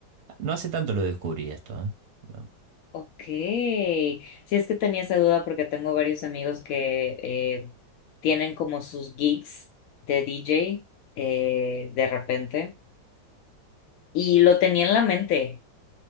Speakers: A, on the right (about 55°); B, on the left (about 70°).
A: No hace tanto lo descubrí esto, ¿eh? Bueno,
B: Ok, si es que tenía esa duda porque tengo varios amigos que eh, tienen como sus gigs de DJ eh, de repente y lo tenía en la mente